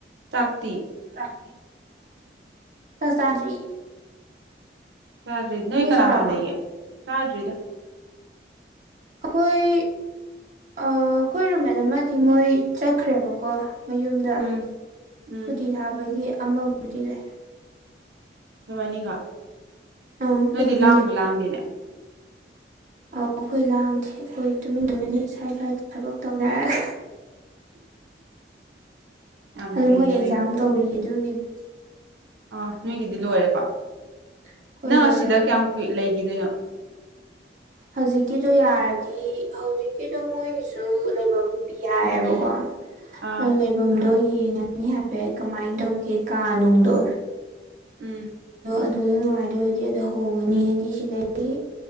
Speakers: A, on the right; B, on the right.
A: ꯆꯥꯀꯇꯤ꯫
B: ꯆꯥꯛ ꯖꯗꯔ꯭ꯤ꯫
A: ꯆꯥꯗ꯭ꯔꯤ
B: ꯅꯣꯏ
A: ꯀꯅꯥ
B: ꯆꯔꯕꯣ
A: ꯀꯅꯥ ꯂꯩꯒꯦ ꯆꯥꯗ꯭ꯔꯤꯗ
B: ꯑꯈꯣꯏ꯫ ꯑ ꯀꯣꯏꯔꯨꯝꯃꯦꯠ ꯑꯃꯗꯤ ꯃꯣꯏ ꯆꯠꯈ꯭ꯔꯦꯕꯀꯣ꯫ ꯃꯌꯨꯝꯗ
A: ꯎꯝ ꯎꯝ
B: ꯁꯨꯇꯤ ꯊꯥꯕꯒꯤ ꯑꯃꯕꯨꯗꯤ ꯂꯩ꯫
A: ꯅꯕꯥꯅꯤꯈꯛ
B: ꯑꯈꯣꯏ
A: ꯅꯣꯏꯗꯤ
B: ꯑꯅꯤ
A: ꯂꯥꯡꯕꯨ
B: ꯂꯩ꯫
A: ꯂꯥꯡꯗꯦꯅꯦ
B: ꯑ ꯑꯩꯈꯣꯏ ꯂꯥꯡꯗꯔ꯭ꯦ ꯑꯩꯈꯣꯏ ꯇꯨꯃꯤꯟ ꯇꯨꯃꯤꯟ ꯑꯦꯁꯥ ꯑꯦꯁꯥꯒꯤ ꯊꯕꯛ ꯇꯧꯅꯔꯦ꯫
A: ꯌꯥꯝ
B: ꯑꯗꯨ
A: ꯐꯩꯌꯦ
B: ꯃꯣꯏ ꯑꯦꯛꯖꯥꯝ ꯇꯧꯔꯤ ꯑꯗꯨꯒꯤꯅꯤ꯫
A: ꯑ꯫ ꯅꯣꯏꯒꯤꯗꯤ ꯂꯣꯏꯔꯦꯀꯣ
B: ꯑꯩꯈꯣꯏ
A: ꯅꯪ
B: ꯂꯣꯏꯔꯦ
A: ꯑꯁꯤꯗ ꯀꯌꯥꯝ ꯀꯨꯏ ꯂꯩꯈꯤꯗꯣꯏꯅꯣ꯫
B: ꯍꯧꯖꯤꯛꯀꯤꯁꯨ ꯌꯥꯔ꯫ ꯗꯤ ꯍꯧꯖꯤꯛꯀꯤꯗꯣ ꯃꯣꯏꯒꯤꯁꯨ ꯂꯩꯐꯝ ꯄꯤ ꯍꯥꯏꯌꯦꯕꯀꯣ꯫
A: ꯑꯥ
B: ꯑꯗꯨ ꯂꯩꯐꯝꯗꯣ ꯌꯦꯡꯉꯅꯤ ꯍꯥꯏꯐꯦꯠ ꯀꯃꯥꯏꯟ ꯇꯧꯒꯦ ꯀꯥꯅꯨꯡꯗꯣ꯫
A: ꯎꯝ꯫
B: ꯑꯗꯨꯗ ꯅꯨꯡꯉꯥꯏꯗꯣꯔꯗꯤ ꯑꯗꯣ ꯍꯣꯡꯉꯅꯤ ꯍꯥꯏꯗꯤ ꯁꯤꯗꯗꯒꯤ꯫